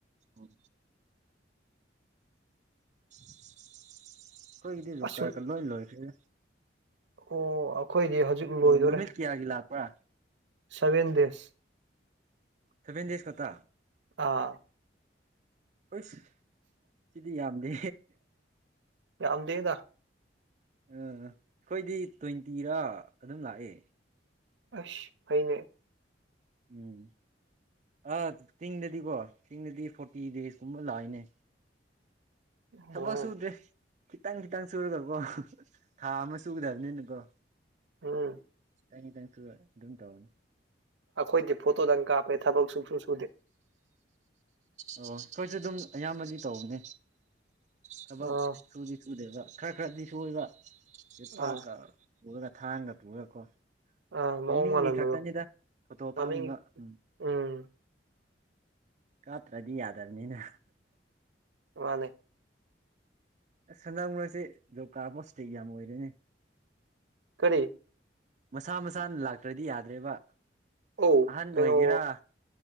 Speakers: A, on the right (about 40°); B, on the right (about 80°).
A: ꯎꯝ ꯑꯩꯈꯣꯏꯒꯤꯗꯤ ꯖꯣꯞ
B: ꯑꯁ
A: ꯀꯥꯔꯀ ꯂꯣꯏ ꯂꯣꯏꯈ꯭ꯔꯦ
B: ꯑꯣ ꯑꯩꯈꯣꯏꯗꯤ ꯍꯧꯖꯤꯛ ꯂꯣꯏꯗꯣꯔꯦ
A: ꯑꯣ ꯅꯨꯃꯤꯠ ꯀꯌꯥꯒꯤ ꯂꯥꯛꯄ꯭ꯔꯥ
B: ꯁꯚꯦꯟ ꯗꯦꯁ
A: ꯁꯦꯚꯦꯟ ꯗꯦꯁꯖ ꯈꯇꯥ
B: ꯑꯥ
A: ꯏꯁ ꯁꯤꯗꯤ ꯌꯥꯝꯗꯦ
B: ꯌꯥꯝ ꯗꯦꯗꯥ
A: ꯑꯩꯈꯣꯗꯤ ꯇ꯭ꯋꯦꯟꯇꯤꯔꯥ ꯑꯗꯨꯝ ꯂꯥꯛꯑꯦ
B: ꯑꯁ ꯐꯩꯅꯦ
A: ꯎꯝ ꯑꯥ ꯆꯤꯡꯗꯗꯤꯀꯣ ꯆꯤꯡꯗꯗꯤ ꯐꯣꯔꯇꯤ ꯗꯦꯖꯀꯨꯝꯕ ꯂꯥꯛꯏꯅꯦ
B: ꯑꯣ
A: ꯊꯕꯛ ꯁꯨꯗꯦ ꯈꯤꯇꯪ ꯈꯤꯇꯪ ꯁꯨꯔꯒꯀꯣ ꯊꯥ ꯑꯃ ꯁꯨꯒꯗꯕꯅꯤꯅꯀꯣ
B: ꯎꯝ
A: ꯇꯪ ꯇꯪꯁꯨ ꯑꯗꯨꯝ ꯇꯣꯅꯤ
B: ꯑꯩꯈꯣꯏꯗꯤ ꯐꯣꯇꯣꯗꯪ ꯀꯥꯞꯄꯦ ꯊꯕꯛ ꯁꯨꯁꯨ ꯁꯨꯗꯦ
A: ꯑꯣ ꯑꯩꯈꯣꯏꯁꯨ ꯑꯗꯨꯝ ꯑꯌꯥꯝꯕꯗꯤ ꯇꯧꯅꯦ ꯊꯕꯛ
B: ꯑꯥ
A: ꯁꯨꯗꯤ ꯁꯨꯗꯦꯕ ꯈꯔ ꯈꯔꯗꯤ ꯁꯣꯏꯕ ꯁꯤ ꯄꯥꯛꯀ
B: ꯑꯥ
A: ꯄꯨꯔꯒ ꯊꯥꯡꯒ ꯄꯨꯔꯒꯀꯣ
B: ꯑꯥ ꯃꯑꯣꯡ
A: ꯃꯃꯤꯡꯒꯤ
B: ꯃꯥꯜꯍꯟꯕꯗꯣ
A: ꯈꯛꯇꯅꯤꯗ ꯐꯣꯇꯣ
B: ꯃꯃꯤꯡ
A: ꯀꯥꯞꯅꯕ ꯎꯝ
B: ꯎꯝ
A: ꯀꯞꯇ꯭ꯔꯗꯤ ꯌꯥꯗꯕꯅꯤꯅ
B: ꯃꯥꯅꯦ
A: ꯑꯁ ꯍꯟꯗꯛ ꯃꯔꯛꯁꯦ ꯖꯣꯕ ꯀꯥꯔꯛ ꯄꯣ ꯏꯁꯇꯦꯛ ꯌꯥꯝ ꯑꯣꯏꯔꯦ
B: ꯀꯔꯤ
A: ꯃꯁꯥ ꯃꯁꯥꯅ ꯂꯥꯛꯇ꯭ꯔꯗꯤ ꯌꯥꯗ꯭ꯔꯦꯕ
B: ꯑꯧ
A: ꯑꯍꯟ
B: ꯀꯩꯅꯣ
A: ꯑꯣꯏꯒꯦꯔꯥ